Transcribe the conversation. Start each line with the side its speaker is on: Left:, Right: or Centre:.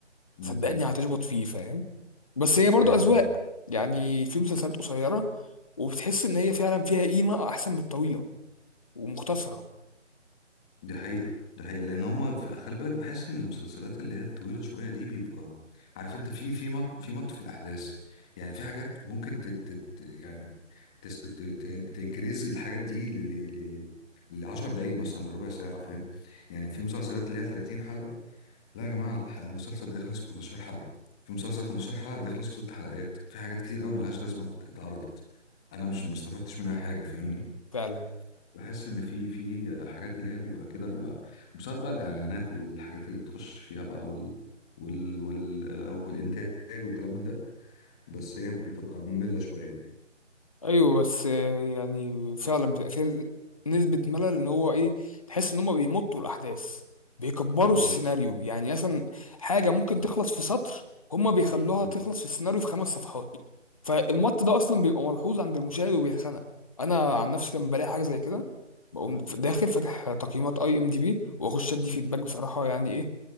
Centre: مم.
Left: صدقني هتشبط فيه فاهم بس هي برضو
Centre: ايوه
Left: اذواق يعني في مسلسلات قصيرة وبتحس ان هي فعلا فيها قيمة احسن من الطويلة ومختصرة
Centre: دي حقيقة دي حقيقة لأن هما في خلي بالك بحس إن المسلسلات اللي هي الطويلة شوية دي بيبقى عارف أنت في في مط في مط في الأحداث يعني في حاجات ممكن ت... ت... ت... يعني تس... ت... ت... تنكريز الحاجات دي ل... ل... ل... لعشر دقايق مثلا لربع ساعة فاهم يعني في مسلسلات اللي هي 30 حلقة لا يا جماعة الح- المسلسل ده يخلص في 15 حلقة في مسلسل 15 حلقة ده يخلص في ست حلقات في حاجات كتير قوي ملهاش لازمة اتعرضت أنا مش ما استفدتش منها حاجة فاهمني
Left: فعلا
Centre: بحس ان في في حاجات اللي هي بيبقى كده بيبقى بسبب بقى الاعلانات والحاجات اللي بتخش فيها بقى وال وال وال آه، والانتاج وكلام من ده بس هي بتبقى مملة شوية يعني.
Left: ايوه بس آه، يعني فعلا بتبقى فيها نسبه ملل ان هو ايه تحس ان هم بيمطوا الاحداث بيكبروا
Centre: بالظبط
Left: السيناريو يعني مثلا حاجه ممكن تخلص في سطر هم بيخلوها
Centre: مم.
Left: تخلص في السيناريو في خمس صفحات فالمط ده اصلا بيبقى ملحوظ عند المشاهد وبيتخنق انا عن نفسي لما بلاقي حاجه زي كده بقوم داخل فاتح تقييمات اي ام دي بي واخش ادي فيدباك بصراحه يعني ايه